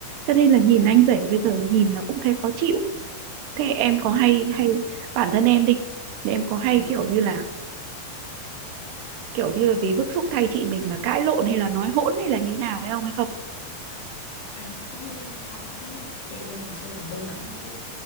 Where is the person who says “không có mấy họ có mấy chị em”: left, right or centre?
Left